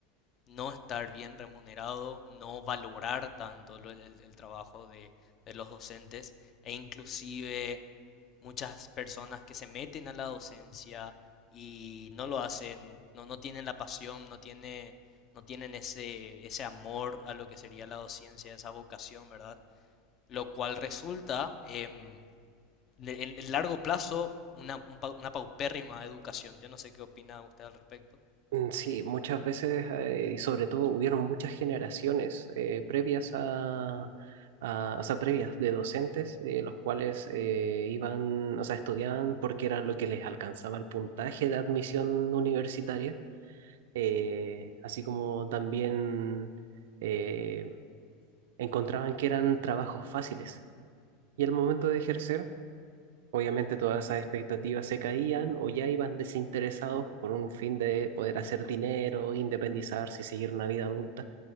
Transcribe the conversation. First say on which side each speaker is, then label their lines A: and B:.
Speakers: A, on the left (about 40°); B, on the right (about 75°).
A: no estar bien remunerado, no valorar tanto lo- el, el trabajo de, de los docentes e inclusive muchas personas que se meten a la docencia y no lo hacen, no, no tienen la pasión, no tiene, no tienen ese, ese amor a lo que sería la docencia, esa vocación, ¿verdad? lo cual resulta em, en el largo plazo una, una paupérrima educación. Yo no sé qué opina usted al respecto.
B: Mm, Sí, muchas veces eh, y sobre todo hubieron muchas generaciones eh, previas a, a- o sea, previas de docentes, eh, los cuales eh, iban, o sea, estudiaban porque era lo que les alcanzaba el puntaje de admisión universitaria, eh, así como también eh, encontraban que eran trabajos fáciles. Y al momento de ejercer, Obviamente todas esas expectativas se caían o ya iban desinteresados por un fin de poder hacer dinero, independizarse y seguir una vida adulta.